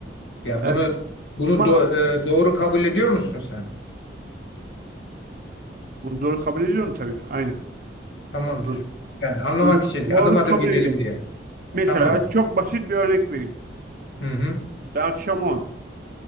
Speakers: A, on the left (about 80°); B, on the right (about 50°).
A: Yani
B: Ee,
A: bunu bunu
B: ama
A: do- e, doğru kabul ediyor musun sen?
B: bunu doğru kabul ediyorum tabii. Aynen.
A: Tamamdır.
B: Bunu
A: Yani anlamak
B: bunu
A: için
B: doğru
A: adım adım
B: kabul
A: gidelim
B: ediyorum.
A: diye.
B: Mesela
A: Tamamdır.
B: çok basit bir örnek vereyim.
A: Hı hı.
B: Bir akşam 10.